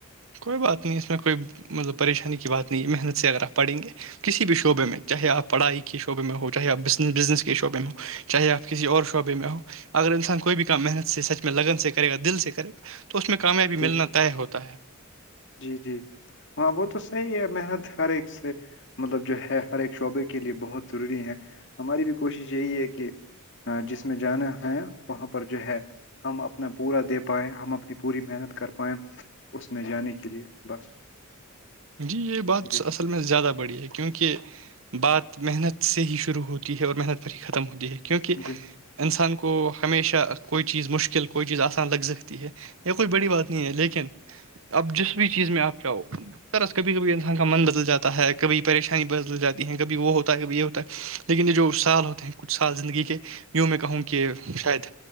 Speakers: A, on the right; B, on the left.
A: کوئی بات نہیں اس میں کوئی مطلب پریشانی کی بات نہیں ہے محنت سے اگر آپ پڑھیں گے کسی بھی شعبے میں چاہے آپ پڑھائی کے شعبے میں ہو چاہے آپس بزنس کے شعبے میں ہو چاہے آپ کسی اور شعبے میں ہو اگر انسان کوئی بھی کہ محنت سے سچ میں لگن سے کرے گا دل سے کرے گا تو اس میں کامیابی
B: چ
A: ملنا طے ہوتا ہے
B: جی جی ہاں وہ تو صحیح ہے محنت ہر ایک سے مطلب جو ہے ہر ایک شعبے کے لیے بہت ضروری ہے ہماری بھی کوشش یہی ہے کہ جس میں جانا ہے وہاں پر جو ہے ہم اپنا پورا دے پائائے ہم اپنی پوری محنت کر پائیں اس میں یعنی کے لیے بس
A: جی یہ بات
B: جی
A: اصل میں زیادہ بڑی ہے کیونکہ بات محنت سے ہی شروع ہوتی ہے اور محنت پر ہی ختم ہوتی ہے کیونکہ
B: جی
A: انسان کو ہمیشہ کوئی چیز مشکل کوئی چیز آسان لگ سکتی ہے یہ کوئی بڑی بات نہیں ہے لیکن اب جس بھی چیز میں آپ چاہو طرح کبھی کبھی انسان کا من بدل جاتا ہے کبھی پریشانی بدل جاتی ہے کبھی وہ ہوتا ہے کبھی یہ ہوتا ہے لیکن یہ جو سال ہوتے ہیں کچھ سال زندگی کے یوں میں کہوں کہ شاید